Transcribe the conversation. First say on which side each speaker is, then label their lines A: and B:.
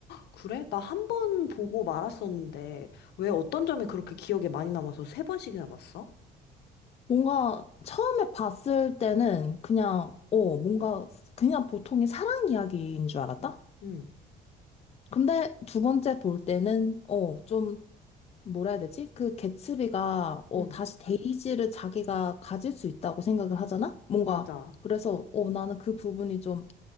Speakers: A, on the left; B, on the left.
A: 그래? 나 한 번 보고 말았었는데, 왜 어떤 점이 그렇게 기억에 많이 남아서 세 번씩이나 봤어?
B: 뭔가 처음에 봤을 때는 그냥, 어, 뭔가 그냥 보통의 사랑 이야기인 줄 알았다?
A: 응 응,
B: 근데 두 번째 볼 때는, 어, 좀, 뭐라 해야 되지? 그 개츠비가, 어,
A: 응,
B: 다시 데이지를 자기가 가질 수 있다고 생각을 하잖아? 뭔가,
A: 맞아.
B: 그래서, 어, 나는 그 부분이 좀,